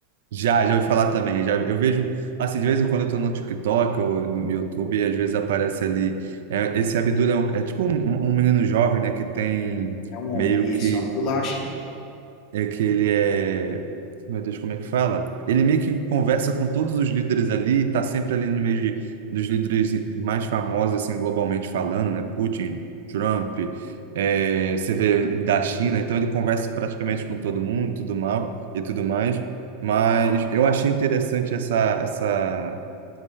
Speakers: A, on the right (about 80°); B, on the left (about 35°).
A: Já, já ouvi falar também. Já, eu vejo, assim, de vez em quando eu tô no TikTok ou no YouTube e às vezes aparece ali, é, esse Abdul é, um- é tipo um, um menino jovem, né, que tem
B: É um homem,
A: meio
B: isso,
A: que
B: Abdullah Hashem.
A: é que ele é. Meu Deus, como é que fala? Ele meio que conversa com todos os líderes ali, está sempre ali no meio de, dos líderes mais famosos, assim, globalmente falando, né? Putin, Trump, é, você vê da China, então ele conversa praticamente com todo mundo, tudo mal e tudo mais. Mas eu achei interessante essa, essa,